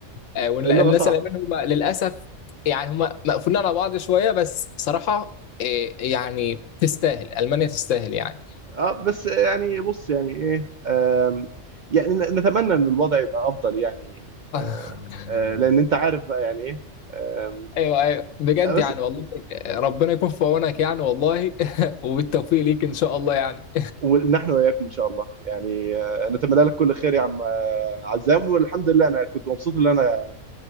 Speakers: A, on the left (about 80°); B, on the right (about 60°).
A: آه، وال-
B: اللغة
A: الناس
B: صعبة
A: الألمان هم للأسف يعني هم مقفولين على بعض شوية بس صراحة آه، يعني تستاهل ألمانيا تستاهل يعني
B: آه بس يعني بص يعني ايه آم، يعني ن- نتمنى ان الوضع يبقى افضل يعني
A: <laughs>
B: آم، آه لان انت عارف بقى يعني ايه آم،
A: ايوه ايوه بجد
B: آه بس
A: يعني والله ربنا يكون في عونك يعني والله <laughs> وبالتوفيق ليك ان شاء الله يعني
B: ونحن واياكم ان شاء الله يعني آه نتمنى لك كل خير يا عم آه، عزام والحمد لله انا كنت مبسوط ان انا